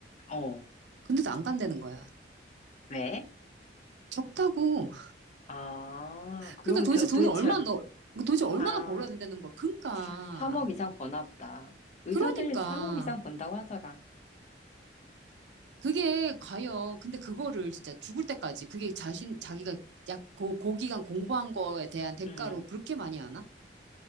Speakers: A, on the left (about 40°); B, on the right (about 70°).
A: 어,
B: 근데도 안 간다는 거야.
A: 왜?
B: 적다고.
A: 아, 그러면
B: 그러니까 도대체
A: 대- 도대체,
B: 돈을 얼마나, 넣- 도대체 얼마나
A: 아.
B: 벌어야 된다는 거야. 그러니까.
A: 사, 3억 이상 버나 보다. 의사들
B: 그러니까
A: 3억 이상 번다고 하더라.
B: 그게 과연 근데 그거를 진짜 죽을 때까지 그게 자신 자기가 약 고, 고기간 공부한 거에 대한 대가로
A: 음.
B: 그렇게 많이 하나?